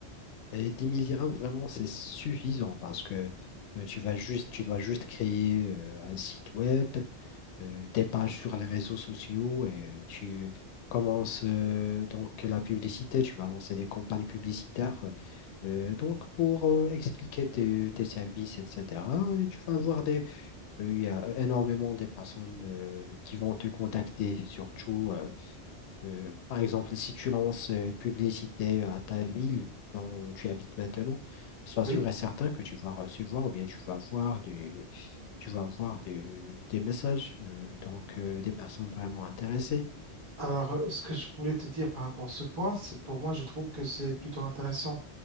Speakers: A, on the left (about 80°); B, on the right (about 45°).
A: et 10 000 dirhams, vraiment, c'est suffisant parce que euh, tu vas juste, tu dois juste créer euh, un site web, euh, des pages sur les réseaux sociaux et tu commences euh, donc la publicité, tu vas lancer des campagnes publicitaires euh, donc pour euh, expliquer tes, tes services, etc. Et tu vas avoir des, euh, il y a énormément de personnes euh, qui vont te contacter, surtout. euh, Euh, par exemple, si tu lances euh, une publicité à ta ville dont euh, tu habites maintenant, sois sûr
B: Oui,
A: et certain que tu vas recevoir ou bien tu vas voir des, tu vas voir des, des messages, euh, donc euh, des personnes vraiment intéressées.
B: alors euh, ce que je voulais te dire par rapport à ce point, c'est pour moi, je trouve que c'est plutôt intéressant